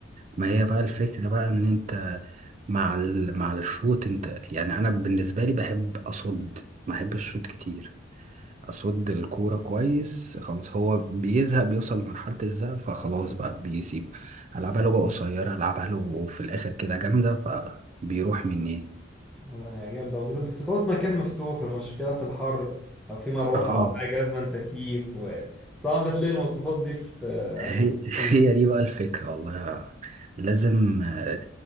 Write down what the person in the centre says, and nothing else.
والله هي جامدة وبز- بس بتعوز مكان مفتوح والمشكلة في الحر لو في مروحة
أو حاجة لازم تكييف وصعب تلاقي المواصفات دي في آه،
أماكن كتير